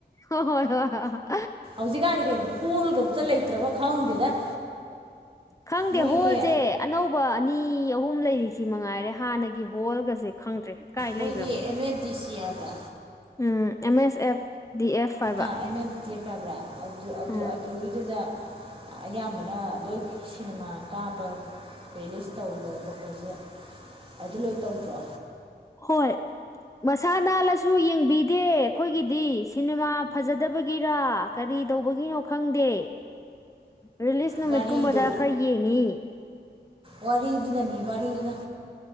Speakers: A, on the left (about 15°); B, on the right (about 30°).
A: ꯍ ꯍꯣꯏ ꯍꯣꯏ ꯍꯣꯏ ꯍꯣꯏ
B: ꯍꯧꯖꯤꯛꯀꯥꯟꯗꯤ ꯀꯩꯅꯣ ꯍꯣꯜꯒ ꯑꯝꯇ ꯂꯩꯇ꯭ꯔꯕ ꯈꯪꯗꯦꯗ
A: ꯈꯪꯗꯦ
B: ꯃꯣꯏꯒꯤ
A: ꯍꯣꯜꯁꯦ ꯑꯅꯧꯕ ꯑꯅꯤ ꯑꯍꯨꯝ ꯂꯩꯔꯤꯁꯤ ꯃꯉꯥꯏꯔꯦ ꯍꯥꯟꯅꯒꯤ ꯍꯣꯜꯒꯁꯦ ꯈꯪꯗ꯭ꯔꯦ ꯀꯥꯏ
B: ꯃꯣꯏꯒꯤ
A: ꯂꯩꯈ꯭ꯔꯕꯅꯣ
B: ꯑꯦꯝ ꯑꯦꯐ ꯗꯤ ꯁꯤ ꯍꯥꯏꯕ꯭ꯔꯥ
A: um M S F D F ꯍꯥꯏꯕ
B: ꯑꯥ ꯑꯩꯅꯕꯨꯗꯤꯦꯛ ꯐꯕ꯭ꯔꯥ ꯑꯗꯨ
A: ꯎꯝ
B: ꯑꯗꯨꯒꯤꯗꯨꯗ ꯑꯌꯥꯝꯕꯅ ꯂꯣꯏ ꯁꯤꯅꯦꯃꯥ ꯀꯥꯞꯄ ꯔꯤꯂꯤꯁ ꯇꯧꯕ ꯈꯣꯠꯄꯁꯦ ꯑꯗꯨ ꯂꯣꯏ ꯇꯗ꯭ꯔꯣ
A: ꯍꯣꯏ ꯁꯥ ꯀꯅꯥꯜꯂꯁꯨ ꯌꯦꯡꯕꯤꯗꯦ ꯑꯩꯈꯣꯏꯒꯤꯗꯤ ꯁꯤꯅꯦꯃꯥ ꯐꯖꯗꯕꯒꯤꯔ ꯀꯔꯤ ꯇꯧꯕꯒꯤꯅꯣ ꯈꯪꯗꯦ ꯔꯤꯂꯤꯁ ꯅꯨꯃꯤꯠ
B: ꯋꯥꯔꯤꯗꯣ
A: ꯀꯨꯝꯕꯗ ꯈꯔ ꯌꯦꯡꯉ
B: ꯋꯥꯔꯤꯗꯨꯅꯅꯤ ꯋꯥꯔꯤꯗꯨꯅ